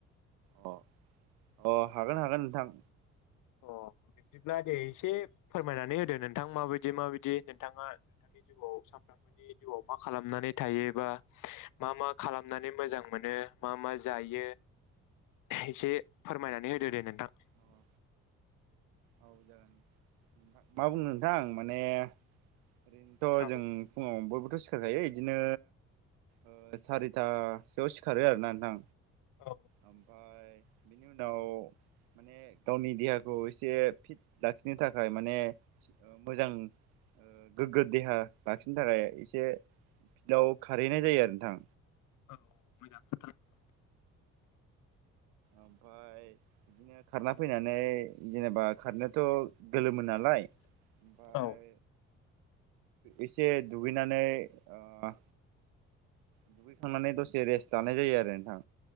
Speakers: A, on the right (about 70°); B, on the left (about 55°).
A: अ अ हागोन हागोन नोंथां।
B: अ बिब्दिब्ला दे एसे फोरमायनानै होदो नोंथां माबायदि माबायदि नोंथाङा नोंथांनि जिउआव सानफ्रोमबोनि जिउआव मा खालामनानै थायो बा मा मा खालामनानै मोजां मोनो मा मा जायो एसे फोरमायनानै होदो दे नोंथां।
A: अ औ जागोन मा बुंनो नोंथां माने ओरैनोथ
B: औ
A: जों फुङाव बयबोथ सिखारखायो इदिनो ओ सारिथासोआव सिखारो आरोना नोंथां।
B: औ
A: ओमफाय- बेनि उनाव माने गावनि देहाखौ ए- एसे फिट लाखिनो थाखाय माने मोजां ओ गोग्गो देहा लाखिनो थाखाय एसे फिल्दआव खारहैनाय जायो आरो नोंथां।
B: औ मोजां। <unintelligible>
A: ओमफाय बिदिनो खारना फैनानै जेनेबा खारनायाथ गोलोमो नालाय ओमफाय
B: औ
A: एसे दुगैनानै ओ दुगैखांनानै दसे रेस्ट लानाय जायो आरो नोंथां।